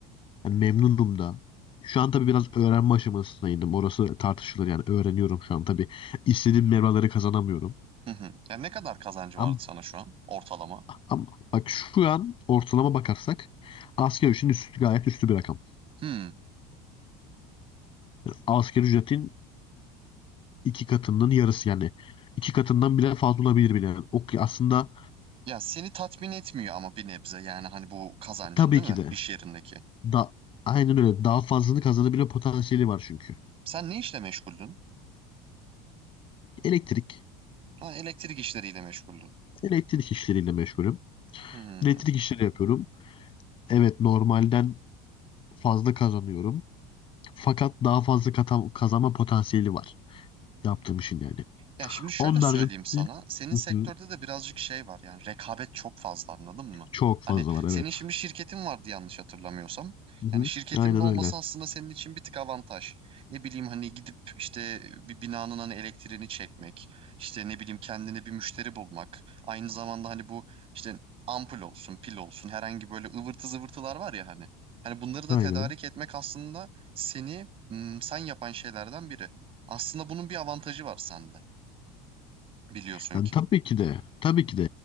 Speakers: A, on the left; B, on the right.
A: Yani memnunum da. Şu an tabii biraz öğrenme aşamasındaydım. Orası tartışılır yani öğreniyorum şu an tabii. istediğim mevraları kazanamıyorum.
B: hı hı. Ya ne kadar kazancı
A: Ama,
B: vardı sana şu an ortalama?
A: ama bak şu an ortalama bakarsak asgari ücretin üstü gayet üstü bir rakam.
B: Hmm.
A: Yani asgari ücretin iki katının yarısı yani iki katından bile fazla olabilir bile. Yani ok aslında
B: Ya seni tatmin etmiyor ama bir nebze yani hani bu kazancın
A: tabii
B: değil
A: ki
B: mi
A: de
B: iş yerindeki?
A: da aynen öyle daha fazlasını kazanabilme potansiyeli var çünkü.
B: Sen ne işle meşguldün?
A: Elektrik,
B: Ha, elektrik işleriyle meşguldün.
A: elektrik işleriyle meşgulüm.
B: Hmm.
A: Elektrik işleri yapıyorum. Evet normalden fazla kazanıyorum. Fakat daha fazla kata- kazanma potansiyeli var yaptığım işin yani.
B: Ya şimdi şöyle
A: Onun
B: söyleyeyim
A: haricinde
B: sana. Senin
A: Hı
B: sektörde
A: hı.
B: de birazcık şey var. Yani rekabet çok fazla anladın mı?
A: çok fazla
B: Hani
A: var evet.
B: senin şimdi şirketin vardı yanlış hatırlamıyorsam.
A: Hı hı.
B: Yani şirketinin
A: Aynen
B: olması
A: öyle.
B: aslında senin için bir tık avantaj. Ne bileyim hani gidip işte bir binanın hani elektriğini çekmek, işte ne bileyim kendine bir müşteri bulmak. Aynı zamanda hani bu işte ampul olsun, pil olsun herhangi böyle ıvırtı zıvırtılar var ya hani. Hani bunları da
A: Aynen.
B: tedarik etmek aslında seni hmm, sen yapan şeylerden biri. Aslında bunun bir avantajı var sende. Biliyorsun
A: Yani
B: ki.
A: tabii ki de. Tabii ki de.